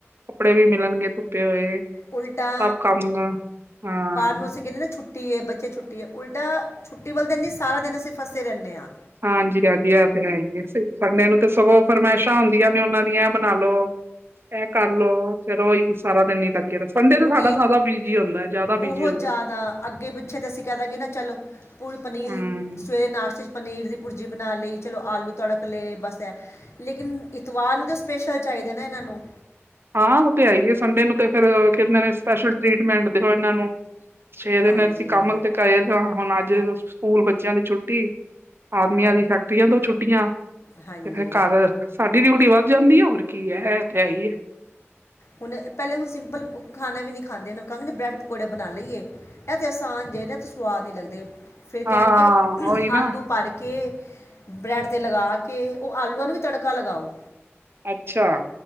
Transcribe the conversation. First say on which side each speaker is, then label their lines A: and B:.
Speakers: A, on the right; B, on the left.
A: ਕੱਪੜੇ ਵੀ ਮਿਲਣਗੇ ਧੁੱਪੇ ਹੋਏ।
B: ਉਲਟਾ
A: <unintelligible>
B: ਜਦੋਂ, ਅਸੀਂ ਕਹਿੰਦੇ, ਹਾਂ ਨਾ ਛੁੱਟੀ ਛੁੱਟੀ ਹੈ, ਬੱਚੇ ਛੁੱਟੀ ਏ, ਉਲਟਾ ਛੁੱਟੀ ਵਾਲੇ ਦਿਨ ਨਹੀਂ, ਸਾਰਾ ਦਿਨ ਅਸੀਂ ਫੱਸੇ ਰਹਿੰਦੇ ਹਾਂ।
A: ਹਾਂਜੀ- ਹਾਂਜੀ, ਆਹ ਤੇ ਹੈ ਹੀ ਆ, ਸੰਡੇ ਨੂੰ ਤੇ ਸਗੋਂ ਫਰਮਾਇਸ਼ਾਂ ਹੁੰਦੀਆਂ ਨੇ, ਉਹਨਾਂ ਦੀਆਂ ਏ ਬਣਾ ਲਉ। ਇਹ ਕਰ ਲਉ। ਚਲੋ ਉਹੀ ਸਾਰਾ ਦਿਨ ਹੀ ਲੱਗੇ ਰਹੋ, ਸੰਡੇ ਤੇ
B: ਰੂਟੀਨ
A: ਸਾਡਾ ਸਾਰਾ ਬਿਜੀ ਹੁੰਦਾ, ਜ਼ਿਆਦਾ
B: ਬਹੁਤ
A: ਬਿਜੀ ਹੁੰਦਾ।
B: ਜ਼ਿਆਦਾ ਅੱਗੇ- ਪਿੱਛੇ ਤੇ, ਅਸੀਂ ਕਹਿ ਦਾਂਗੇ ਨਾ ਚਲ ਪੂਲ ਪਨੀਲ
A: ਹਮ
B: ਸਵੇਰੇ ਨਾਸ਼ਤੇ ਚ ਪਨੀਰ ਦੀ ਭੁਰਜੀ ਬਣਾ ਲਈ, ਚਲੋ ਆਲੂ ਤੜਕ ਲਏ, ਬਸ ਐ ਲੇਕਿਨ ਇਤਵਾਰ ਨੂੰ, ਤੇ ਸਪੈਸ਼ਲ ਚਾਹੀਦਾ ਨਾ ਇਹਨਾਂ ਨੂੰ
A: ਹਾਂ ਉਹ ਤੇ ਹੈ ਈ ਏ, ਸੰਡੇ ਨੂੰ ਤੇ ਫੇਰ ਕਹਿੰਦੇ ਨੇ, ਸਪੈਸ਼ਲ ਟ੍ਰੀਟਮੈਂਟ ਦਿਓ ਇਹਨਾਂ ਨੂੰ। ਛੇ ਦਿਨ
B: ਹਾਂਜੀ
A: ਅਸੀਂ ਕੰਮ ਤੇ ਗਏ ਹਾਂ, ਹੁਣ ਅੱਜ ਸਕੂਲ ਬੱਚਿਆਂ ਦੀ ਛੁੱਟੀ, ਆਦਮੀਆਂ ਦੀ ਫੈਕਟਰੀਆਂ ਤੋਂ ਛੁੱਟੀਆਂ,
B: ਹਾਂਜੀ
A: ਤੇ ਫਿਰ ਘਰ ਸਾਡੀ, ਡਿਊਟੀ ਵੱਧ ਜਾਂਦੀ ਹੈ, ਹੋਰ ਕੀ ਹੈ, ਇਹ ਤੇ ਹੈ ਈ ਹੈ।
B: ਹੁਣ, ਪਹਿਲੇ ਉਹ ਸਿੰਪਲ ਖਾਣਾ ਵੀ ਨਹੀਂ ਖਾਂਦੇ, ਕਹਾਂਗੀ ਬ੍ਰੈਡ -ਪਕੌੜੇ ਬਣਾ ਲਈਏ, ਇਹ ਤੇ ਆਸਾਨ ਜੇ ਨੇ ਤੇ ਸਵਾਦ ਨੀ ਲੱਗਦੇ। ਫਿਰ ਕਹਿਣਗੇ,
A: ਹਾਂ ਉਹੀ
B: ਆਲੂ
A: ਨਾ
B: ਭਰ ਕੇ, ਬ੍ਰੈਡ ਤੇ ਲਗਾ ਕੇ, ਉਹ ਆਲੂਆਂ ਨੂੰ ਵੀ ਤੜਕਾ ਲਗਾਉ।
A: ਅੱਛਾ।